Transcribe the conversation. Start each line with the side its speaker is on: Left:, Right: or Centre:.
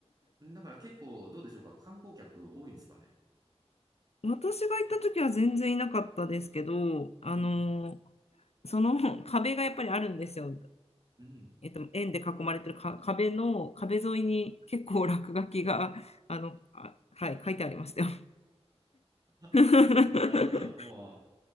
Right: う。だから結構どうでしょうか観光客多いんですかね
Left: 私が行った時は全然いなかったですけど、
Right: うんうん。
Left: あのその <laughs> 壁がやっぱりあるんですよ。
Right: うん。
Left: えっと、円で囲まれてるか壁の壁沿いに結構落書きがあのあ、はい、書いてありましたよ。
Right: <laughs>
Left: <laughs>
Right: なるほど。もう、